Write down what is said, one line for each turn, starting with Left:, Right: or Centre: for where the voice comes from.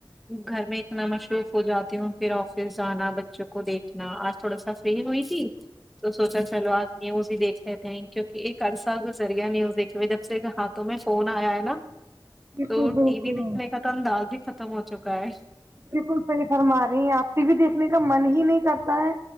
Centre: گھر میں اتنا مصروف ہو جاتی ہوں پھر آفس جانا بچوں کو دیکھنا تھوڑا سا فری ہوئی تھی تو سوچا چلو آج نیوز ہی دیکھ لیتے ہیں کیونکہ ایک عرصہ گزر گیا نیوز دیکھے ہوئے جب کے ہاتوں میں فون آیا ہے نا
Right: بالکل
Centre: تو
Right: بالکل
Centre: ٹی وی دیکھنے کا تو انداز بھی ختم ہو چکا ہے
Right: بالکل صحیح فرما رہی ہیں آپ ٹی وی دیکھنے کا من ہی نہیں کرتا ہے